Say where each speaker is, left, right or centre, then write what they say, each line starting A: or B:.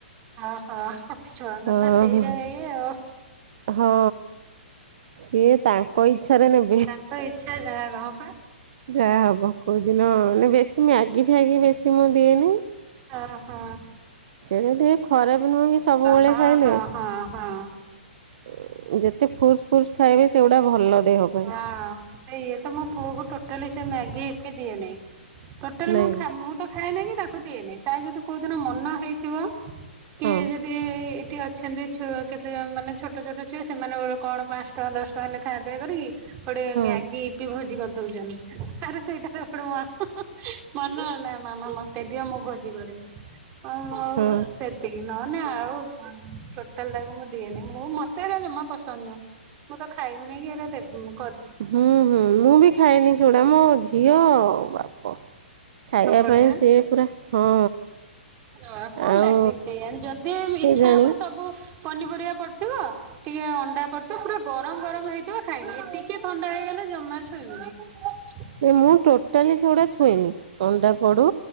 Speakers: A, on the right; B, on the right.
A: ଅ ହ ହଃ ଛୁଆଙ୍କ
B: ହଁ
A: ର ତ ସେଇରା ଇଏ ଆଉ।
B: ହଁ ସିଏ ତାଙ୍କ ଇଚ୍ଛାରେ ନେବେ।
A: ତାଙ୍କ ଇଛା ଯାହା ହ ପା
B: ଯାହା ହବ କୋଉଦିନ ବେଶୀ ମୁଁ ମାଗି ଫୀଗି ବେଶି ମୁଁ ଦିଏନି।
A: ଆ ହା।
B: ସେଇଟା ଟିକେ ଖରାପ ନୁହେଁ କି ସବୁବେଳେ
A: ହଁ
B: ଖାଇଲେ।
A: ହଁ ହଁ ହଁ।
B: ଉଁ ଯେତେ ଫୁଟ୍ସ ଫୁଟ୍ସ ଖାଇବେ ସେଗୁଡା ଭଲ ଦେହ ପାଇଁ
A: ହଁ ଇଏ ତ ମୋ ପୁଅକୁ ଟୋଟାଲି ସେ ମ୍ୟାଗି ଇପି ଦିଏ ନାଇଁ। ଟୋଟାଲି
B: ନାଇଁ
A: ମୁଁ ଖା ମୁଁ ତ ଖାଏନି କି ତାକୁ ଦିଏନି। ତାର ଯଦି କୋଉ ଦିନ ମନ ହେଇଥିବ। କିଏ
B: ହଁ।
A: ଯଦି ଏଇଠି ଅଛନ୍ତି ଛୁଆ କେତେ ଜଣ ମାନେ ଛୋଟ ଛୋଟ ଛୁଆ ସେମାନେ ଗୋଟେ କଣ ପାଂଶ ଟଙ୍କା ଦଶ ଟଙ୍କା ଲେଖା ଆଦାୟ କରିକି ଗୋଟେ
B: ହଁ
A: ମ୍ୟାଗି ଇପି ଭୋଜି କରି ଦଉଛନ୍ତି ଆରେ ସେଇଟା କୋଉଠି ମ। ମନ ଏ ନା ମାମା ମତେ ଦିଅ ମୁଁ ଭୋଜି କରିବି ମୁଁ ହଉ।
B: ହଁ
A: ଏତିକି ନହେଲେ ଆଉ ଟୋଟାଲ ତାକୁ ମୁଁ ଦିଏନି ମୁଁ ମତେ ଜମା ପସନ୍ଦ ନୁହଁ। ମୁଁ ତ ଖାଇବି ନେଇ କି ହେରା ଦେବିନି।
B: ହୁଁ ହୁଁ ମୁଁ ବି ଖାଏନି ସେଡା ମୋ ଝିଅ ଆଉ ବାପ୍ ଖାଇବା
A: ସବୁବେଳେ
B: ପାଇଁ ସିଏ ପୁରା ହଁ।
A: ହ କଣ
B: ଆଉ
A: ଲାଗେ କେଇଜାଣି ଯଦି
B: କେଜାଣି
A: ଇଚ୍ଛା ହବ ସବୁ ପନିପରିବା ପଡି଼ଥିବ ଟିକେ୍ ଅଣ୍ଡା କରିଛ ପୁରା ଗରମ ଗରମ ହେଇଥିବ ଖାଇବି ଟିକେ୍ ଥଣ୍ଡା ହେଇଗଲା ଜମା ଛୁଇଁ ବିନି।
B: ନାଇଁ ମୁଁ ଟୋଟାଲି ସେଗୁଡା ଛୁଏଁନି ଅଣ୍ଡା ପଢୁ